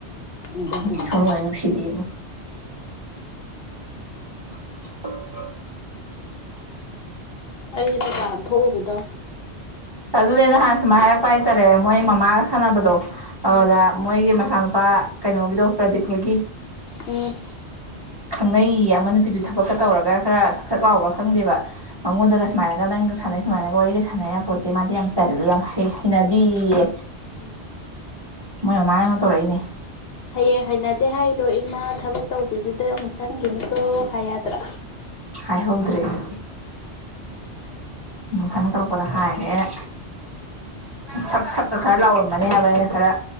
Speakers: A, on the left; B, on the right.
A: ꯑꯗꯨꯒꯤꯅꯦ
B: ꯁꯨꯅꯨꯡꯍꯦꯛ ꯅꯨꯡꯁꯤꯗꯦꯕꯣ <inaudible>
A: ꯑꯩꯖꯦ ꯗꯨꯀꯥꯟ ꯊꯣꯛꯎꯒꯗꯧꯅꯦ
B: ꯑꯗꯨꯅꯦꯅ ꯍꯥꯟꯅ ꯁꯨꯃꯥꯏꯅ ꯍꯥꯏꯔꯛꯄ ꯍꯥꯏꯇꯥꯔꯦ ꯃꯣꯏ ꯃꯃꯥꯒ ꯁꯥꯟꯅꯕꯗꯣ ꯑꯗꯨ
A: ꯎꯝ
B: ꯃꯣꯏꯒꯤ ꯃꯆꯥ ꯅꯨ ꯄꯥ ꯀꯩꯅꯣꯒꯤꯗꯣ ꯄ꯭ꯔꯗꯤꯞ ꯍꯣꯏꯒꯤ
A: ꯎꯝ
B: ꯈꯪꯅꯩꯌꯦ ꯑꯃ ꯅꯨꯄꯤꯗꯨ ꯊꯕꯛꯀ ꯇꯧꯔꯒ ꯈꯔ ꯁꯛꯁꯛ ꯂꯥꯎꯕ꯭ꯔꯥ ꯈꯪꯗꯦꯕ ꯃꯉꯣꯟꯗꯒ
A: ꯎꯝ
B: ꯁꯨꯃꯥꯏꯅꯒ ꯅꯪ ꯁꯥꯟꯅꯩ ꯁꯨꯃꯥꯏꯅꯒ ꯋꯥꯔꯤꯒ ꯁꯥꯟꯅ ꯌꯄꯣꯠ ꯇꯦ ꯃꯥꯗꯤ ꯌꯥꯝ ꯇꯜꯂꯦ ꯌꯥꯝ ꯍꯩ ꯍꯩꯅꯗꯤꯌꯦ
A: ꯎꯝ
B: ꯃꯣꯏ ꯃꯃꯥꯅ ꯑꯩꯉꯣꯟ ꯇꯧꯔꯛꯏꯅꯦ
A: ꯍꯌꯦꯡ ꯍꯩꯅꯗꯦ ꯍꯥꯏꯗꯣ ꯏꯃꯥ ꯊꯕꯛ ꯇꯧꯕꯤꯗꯨꯗ ꯑꯃꯨꯛ ꯆꯪꯒꯤꯅꯤꯀꯣ ꯍꯥꯏ ꯌꯥꯗ꯭ꯔꯣ
B: ꯍꯥꯏꯍꯧꯗ꯭ꯔꯦ ꯑꯗꯨꯗꯤ ꯃꯊꯪ ꯇꯧꯔꯛꯄꯗ ꯍꯥꯏꯒꯦ ꯑꯩꯅ ꯁꯛ ꯁꯛ ꯈꯔ ꯂꯥꯎꯔꯝꯃꯅꯤ ꯍꯥꯏꯕ ꯑꯩꯅ ꯈꯔ